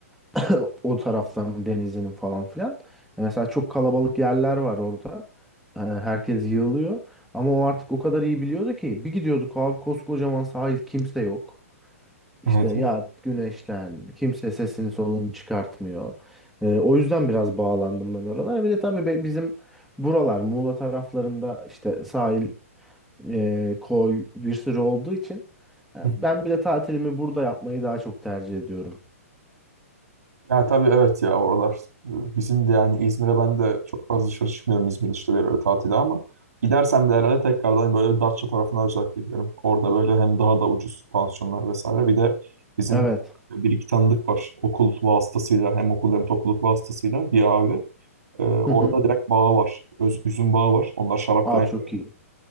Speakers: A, in the centre; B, on the right.
A: <laughs> o taraftan denizinin falan filan. E, Mesela çok kalabalık yerler var orada. E, Herkes yığılıyor. Ama o artık o kadar iyi biliyordu ki bir gidiyorduk abi koskocaman sahil kimse yok. İşte
B: evet.
A: ya güneşlen kimse sesini solunu çıkartmıyor. E, o yüzden biraz bağlandım ben oralara. Bir de tabii be- bizim buralar Muğla taraflarında işte sahil e, koy bir sürü olduğu için e,
B: evet.
A: ben bir de tatilimi burada yapmayı daha çok tercih ediyorum.
B: Ya tabii evet ya oralar e, bizim de yani İzmir'e ben de çok fazla dışarı çıkmıyorum İzmir dışında bir yerlere tatile ama gidersem de herhalde tekrardan böyle bir Datça tarafına özellikle giderim. Orada böyle hem daha da ucuz pansiyonlar vesaire bir de bizim
A: Evet.
B: bir iki tanıdık var okul vasıtasıyla hem okul hem topluluk vasıtasıyla bir abi. E, orada
A: <laughs>
B: direkt bağı var. Öz, üzüm bağı var. Onlar şarap
A: Aa
B: falan yapıyor.
A: çok iyi.